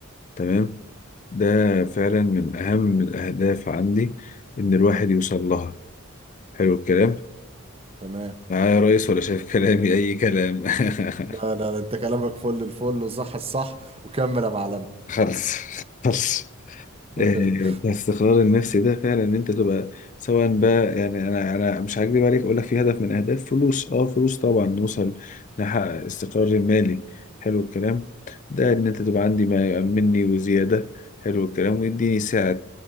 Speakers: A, on the left; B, on the right.
A: تمام ده فعلا من اهم الاهداف عندي ان الواحد يوصل لها حلو الكلام
B: تمام
A: معايا يا ريس ولا شايف كلامي اي كلام <laughs>
B: لا لا لا انت كلامك فل الفل وصح الصح وكمل يا معلم
A: خلص خلص إيه،
B: <laughs>
A: بس القرار النفسي ده فعلا ان انت تبقى سواء بقى يعني انا انا مش هكدب عليك اقول لك في هدف من اهداف فلوس اه فلوس طبعا نوصل نحقق استقرار مالي حلو الكلام ده ان انت تبقى عندي ما يأمنني وزيادة حلو الكلام ويديني ساعة